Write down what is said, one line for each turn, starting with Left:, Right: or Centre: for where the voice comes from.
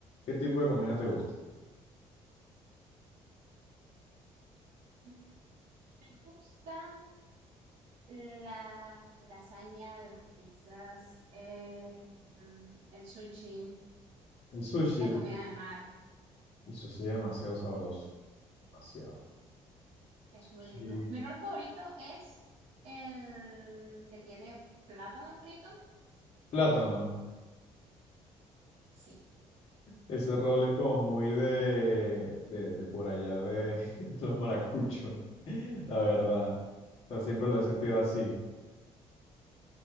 Left: ¿Qué tipo de comida te gusta?
Right: Mm, Me gustan la lasaña, las pizzas, eh, mm, el sushi,
Left: El sushi,
Right: la
Left: el,
Right: comida de mar.
Left: el sushi es demasiado sabroso, demasiado.
Right: Es
Left: Sushi.
Right: muy rico. Mi rol favorito es el que tiene plátano frito.
Left: Plátano.
Right: Sí.
Left: Ese rol es como muy de, de, de por allá de, <laughs> de los maracuchos, <laughs> la verdad. O sea, siempre lo he sentido así.